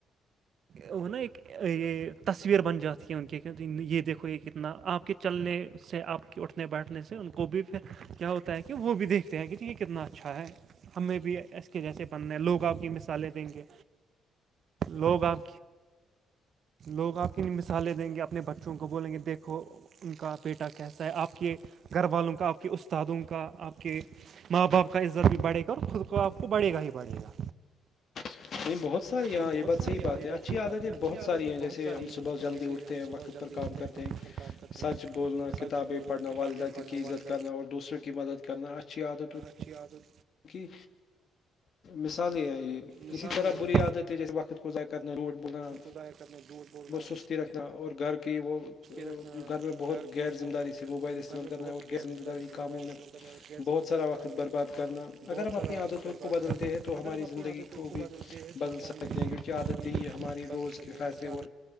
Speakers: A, on the right; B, on the left.
A: وہ نا ایک یہ تصویر بن جاتی ہے ان کے کیا یہ دیکھو یہ کتنا آپ کے چلنے سے آپ کے اٹھنے بیٹھنے سے ان کو بھی پھر کیا ہو ہوتا ہے کہ وہ بھی دیکھتے ہیں کہ یہ کتنا اچھا ہے ہمیں بھی اس کے جیسے بننے لوگ آپ کی مثالیں دیں گے لوگ آپ لوگ آپ کی مثالیں دیں گے اپنے بچے شم کو ب لیںگی دیکھ کو ان کا بیٹا کہتا ہے آپ کے گھر والوں کا آپ کے استادوں کا آپ کے ماں باپ کا عزت بھی بڑھے گا اور خود کو آپ کو بڑھے گا ہی بڑھے گا
B: نہیں بہت ساری یہاں
A: نہیں بہت
B: یہ بات
A: ساری
B: صحی
A: ہاں
B: بات
A: یہ
B: ہے اچھی
A: صحیح بات
B: دت ہے
A: اچھی
B: بہت
A: عادتیں
B: ساری ہیں
A: بہت
B: جیسے
A: ساری
B: ہم صبح
A: ہیں
B: جلدی
A: جیسے
B: اٹھتے
A: ہم
B: ہیں
A: صبح
B: وقت
A: جلدی
B: پر کام
A: اٹھتے
B: کرتے
A: وقت
B: ہیں
A: پر کام کرتے
B: سچ
A: ہیں
B: بولنا
A: سچ
B: کتابیں
A: بولنا
B: پڑھنا
A: کتابیں
B: والدہ
A: پڑھنا
B: کی عزت
A: والدہ
B: کرنا اور دوسروں کی مدد کر کرنا اھھی عادت
A: اچی آدت
B: کہ مثال یہ ہے یہ
A: مثالیں
B: اسی طرح
A: ہیں
B: بری عادت ہے جیسے وقت کو کرنا روڈ بولنا
A: خدا ایک کرنے دودور بول رہنا
B: سستی رکھنا اور گھر کی وہ
A: رکھنا
B: گھر میں
A: اور
B: بہت
A: کی
B: غیر ذمہ
A: وہ
B: داری سے موبائل
A: گھر
B: استعمال
A: میں
B: کرنا
A: بہت
B: اور کے
A: غیر
B: ذم
A: ذمہ
B: دہ داری
A: تھی
B: کاموں
A: موبائل
B: میں
A: استعمال کرنا اور غیر
B: بہت
A: ذمہ
B: سارا
A: داری
B: وقت
A: کاموں
B: برباد
A: میں
B: کرنا
A: بہت
B: اگر ہم
A: سارا
B: اپنی عادتوں
A: وقت برباد
B: کو بدلتے
A: کرنا
B: ہیں تو
A: اگر
B: ہماری
A: ہم اپنی
B: زندگی
A: عادتوں
B: کو بھی
A: بدلتے ہیں
B: بدل
A: تو ہماری
B: سکتے
A: زندگی
B: ہیں کیونکہ عادتیں
A: پوری
B: یہ ہماراری روز
A: بدل سکتے
B: کے
A: ہیں
B: فیصلے
A: کیونکہ
B: اور